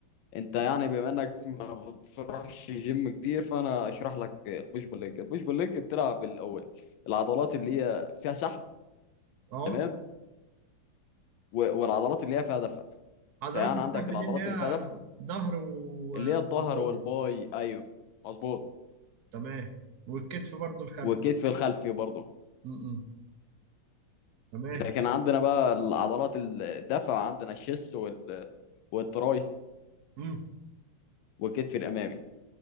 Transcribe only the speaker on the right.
اه
عضلات
السحب
دي اللي هي
ظهر و-
وباي
تمام والكتف برضو الخلفي
م- م. تمام
م-